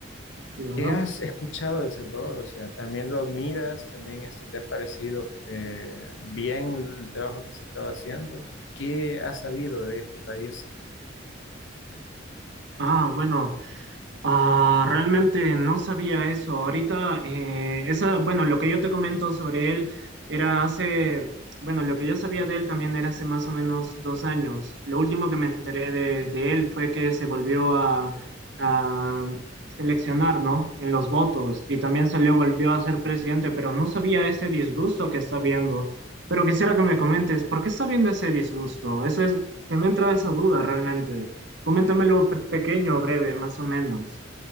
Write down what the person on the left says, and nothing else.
¿Qué has escuchado de El Salvador? O sea, ¿también lo admiras? ¿También este, te ha parecido eh, bien el trabajo que se estaba haciendo? ¿Qué has sabido de este país?